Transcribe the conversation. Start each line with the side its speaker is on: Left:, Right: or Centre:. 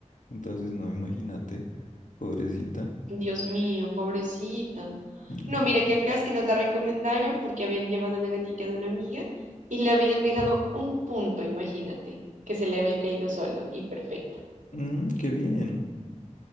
Left: Entonces no, imagínate, pobrecita.
Right: Dios mío, pobrecita.
Left: Mm,
Right: No, mira que acá es que nos la recomendaron porque habían llevado una gatica de una amiga y le habían dejado un punto, imagínate, que se le había caído solo y perfecta.
Left: mm, qué bien.